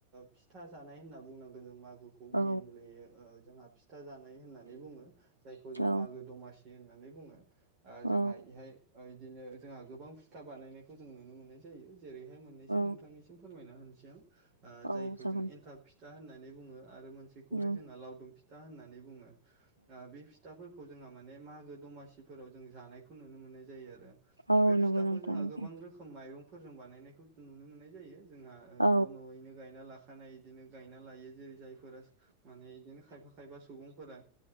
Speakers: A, on the right; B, on the left.
A: फिथा जानाय होनना बुंनांगोन जों मागो खौ मेलनि
B: औ
A: ओ जोंहा फिथा जानाय होननानै बुङो जायखौ जों
B: औ
A: मागो दमा सि होननानै बुङो ओ जोंहा
B: औ
A: इहाय बिदिनो जोंहा गोबां फिथा बानायनायखौ जों नुनो मोननाय जायो जेरैहाय मोननैसो
B: औ
A: नोंथांनिसिम फोरमायना होनोसै आं ओ जायखौ
B: औ जागोन
A: जों एन्थाब फिथा होननानै बुङो आरो मोनसेखौहाय
B: औ
A: जोंहा लावदुम फिथा होननानै बुङो बे फिथाफोरखौ जोंहा माने मागो दमासिफोराव जों जानायखौ नुनो मोननाय जायो आरो।
B: औ
A: बे
B: नंगौ
A: फिथाखौ
B: नोंथां
A: जोंहा
B: नंगौ
A: गोबां रो खोम माइरंफोरजों बानायनायखौ जों नुनो मोननाय जायो जोंहा
B: औ
A: न' न'यैनो गायना ला खानाय बिदिनो गायना लायो जेरै जायफोरा माने बिदिनो खायफा खायफा सुबुंफोरा